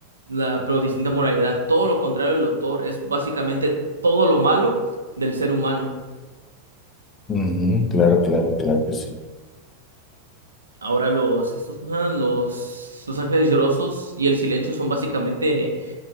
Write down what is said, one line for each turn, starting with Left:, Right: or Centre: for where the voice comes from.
Right: la, pero distinta moralidad. Todo lo contrario del Doctor, es básicamente todo lo malo del ser humano.
Left: Ujú, Claro, claro, claro que sí.
Right: Ahora los, estos, ¿cómo se llaman? los, los Ángeles Llorosos y el Silencio son básicamente